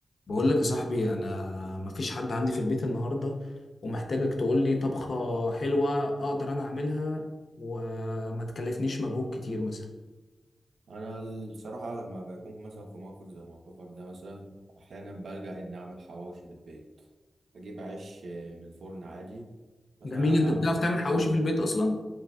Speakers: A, on the left; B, on the right.
A: بقول لك يا صاحبي انا مفيش حد عندي في البيت النهارده ومحتاجك تقول لي طبخه حلوه اقدر انا اعملها وما تكلفنيش مجهود كتير مثلا
B: انا الصراحه لما بكون مثلا في موقف زي موقفك ده مثلا احيانا بلجأ اني اعمل حواوشي في البيت بجيب عيش آه، من الفرن عادي مثلا
A: جميل
B: على
A: انت
B: لحمه
A: بتعرف
B: مفرومه
A: تعمل حواوشي في البيت اصلا